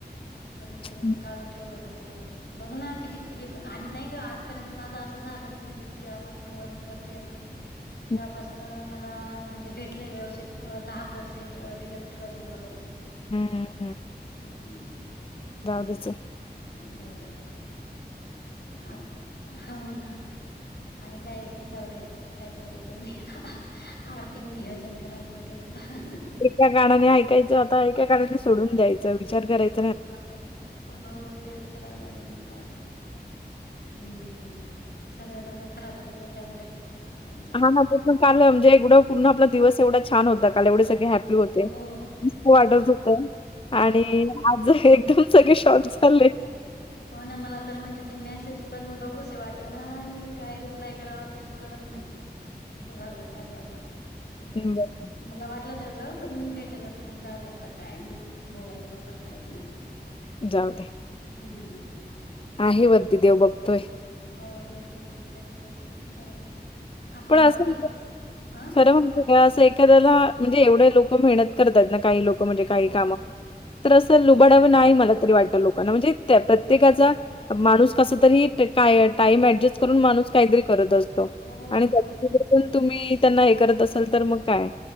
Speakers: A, on the left (about 70°); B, on the left (about 30°).
A: कमीत कमी
B: हं,
A: काढून ठेवलं हो तेवढं बघ ना किती हे आणि नाही ग आजपर्यंत माझा असं झालं नाही म्हणजे मी जेव्हापासून वर्क करते ना
B: <unintelligible>
A: त्यापास मला म्हणजे भेटलंय व्यवस्थित दहा पर्सेंट डिडक्ट करून वगैरे
B: हा
A: हम्म
B: ददच
A: तेच जाऊ द्या आता काय हो ना आणि काय जाऊ दे आता काय बोलायचं नाही आर्थिक नियोजन करायला लागेल होता
B: एका गणाने ऐकायचं आता एका गणाने सोडून द्यायचं विचार करायचं
A: हो हो तेच करावं लागेल मग काय तर हम्म सगळं डोकं खराब होतं त्याच्यामुळे काही नाही
B: हा ना पण काल म्हणजे एकवडा पूर्ण आपला दिवस एवढा छान होता ला एवढे सगळे हॅप्पी होते
A: हो
B: खूप
A: हो तेच
B: आढत
A: ना
B: होत आणि
A: हो ना
B: आज एकदम सगळे शॉक झाले
A: हो ना मला तर म्हणजे ते मेसेज पण बघूस वाटे ना आणि काय रिप्लाय करावा तेच कळत नाही अस झालंय माझं आतादी
B: हं, बरं
A: पण मला वाटलं त्या ग पण भेटेल असं पण जाऊ द आता काय बोलायचं तर काय नाही
B: जाऊ दे
A: हम्म
B: आहे बदीी देव बघतोय
A: हो तेच ना मग का दसर जाऊ दे आपण
B: पण असं
A: आर्थिक अ
B: खरं असं एखाद्याला म्हणजे एवढे लोक मेहत आहेत ना काही लोक म्हणजे काही
A: हो
B: कामं तर असं लुबडावं नाही मला तरी वाटत लोकांना म्हणजे त्या प्रत्येकाचा माणूस कस तरी काय टाइम अऍडजस्ट करून माणूस काहीतरी करत असतो
A: हो
B: आणि
A: बर
B: त्याच्यातुन तुम्ही त्यांना हे करत असाल तर मग काय.